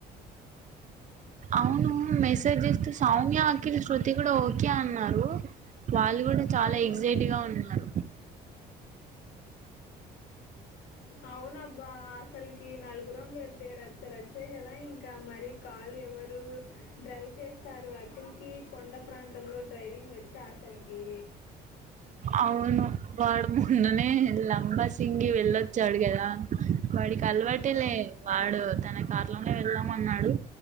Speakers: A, on the right; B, on the left.
A: అవును మెసేజ్ ఇస్తే సౌమ్య అఖిల్ శృతి కూడా ఓకే అన్నారు వాళ్ళు కూడా చాలా
B: మ్మ్.
A: ఎక్సయిట్ గా ఉన్నారు
B: అవున అబ్బా అసలకి నలుగురం వెళ్తే రచ్చ రచ్చాయి కదా ఇంకా మరి కాలు ఎవరు డ్రైవ్ చేస్తారు అఖిల్ కీ కొండ ప్రాంతంలో డ్రైవింగ్ వచ్చా అసలకి
A: అవును వాడు మొన్ననే లంబాసింగి వెళ్ళొచ్చాడు కదా వాడికి అలవాటే
B: మ్మ్.
A: లే వాడు తన కార్లోనే వెళ్దామన్నాడు